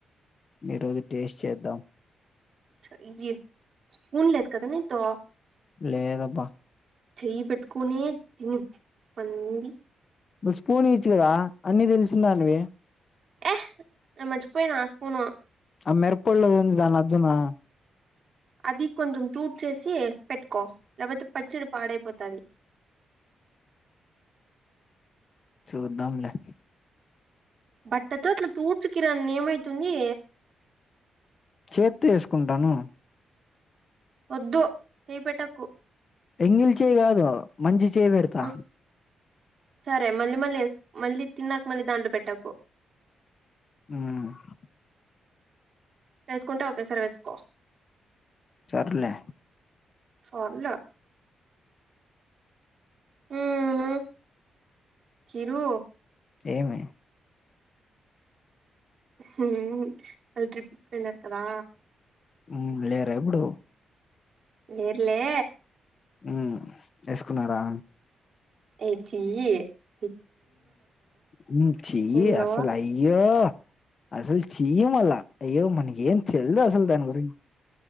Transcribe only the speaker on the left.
ఈరోజు టేస్ట్ చేద్దాం.
లేదబ్బా
నువ్వు స్పూన్ ఈచ్చు కదా అన్నీ తెలిసిందానివి.
ఆ మెరుప్పొల్లోంది దాన్ని అద్దనా
చుద్దాం లే
చేత్తో వేసుకుంటాను.
ఎంగిలి చేయి కాదు మంచి చేయి పెడతా
మ్
సర్లే
ఏమి?
హ్మ్ వెళ్ళరా ఇప్పుడు
ఉమ్ వేసుకున్నారా?
హమ్ చి
అసలు అయ్యో అసలు. చీ మల్లా అయ్యో మనకేం తెలిదు అసలు దాని గురించి‌.